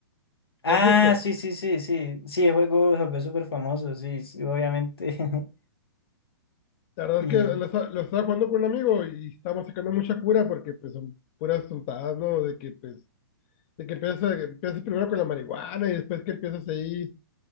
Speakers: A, on the left; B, on the left.
A: Ah,
B: ¿Lo has visto?
A: sí, sí, sí, sí. Sí, el juego se volvió súper famoso, sí, sí, obviamente. <laughs>
B: La verdad
A: Y
B: es que lo, esta- lo estaba jugando con un amigo y estábamos sacando mucha cura porque pues son puras tontadas, ¿no? De que pues De que empiezas, que empiezas primero con la marihuana y después que empiezas ahí